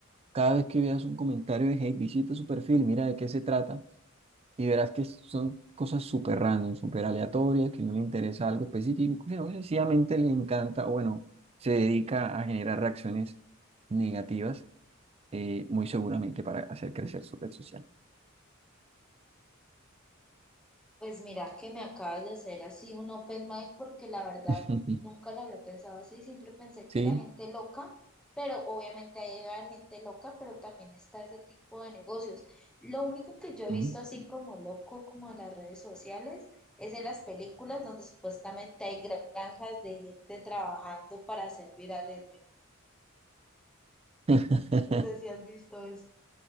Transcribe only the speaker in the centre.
Pues mira que me acabas de hacer así un open mic porque la verdad
nunca lo había pensado así, siempre pensé
que era gente loca, pero obviamente ahí debe haber gente loca, pero también está ese tipo de negocios. Lo único que yo he
visto así como loco, como en las redes sociales, es en las películas donde supuestamente hay granjas de gente trabajando para hacer viral el meme.
No sé si has visto esto.